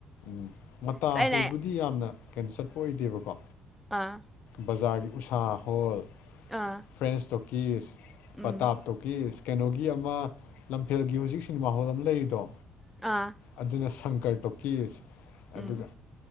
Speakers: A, on the left (about 75°); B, in the centre.
A: ꯎꯝ ꯃꯇꯥ
B: ꯑꯁ ꯑꯩꯅ
A: ꯍꯨꯜꯕꯨꯗꯤ ꯌꯥꯝꯅ ꯀꯩꯅꯣ ꯆꯠꯄ ꯑꯣꯏꯗꯦꯕꯀꯣ
B: ꯑ
A: ꯕꯖꯥꯔꯒꯤ ꯎꯁꯥ ꯍꯣꯜ
B: ꯑꯥ
A: ꯐ꯭ꯔꯦꯟꯁ ꯇꯣꯀꯤꯁ
B: ꯎꯝ
A: ꯄꯇꯥꯞ ꯇꯣꯀꯤꯁ ꯀꯩꯅꯣꯒꯤ ꯑꯃ ꯂꯝꯐꯦꯜꯒꯤ ꯍꯧꯖꯤꯛ ꯁꯤꯅꯦꯃꯥ ꯍꯣꯜ ꯑꯃ ꯂꯩꯔꯤꯗꯣ
B: ꯑꯥ
A: ꯑꯗꯨꯅ ꯁꯪꯀꯔ ꯇꯣꯀꯤꯁ
B: ꯎꯝ
A: ꯑꯗꯨꯒ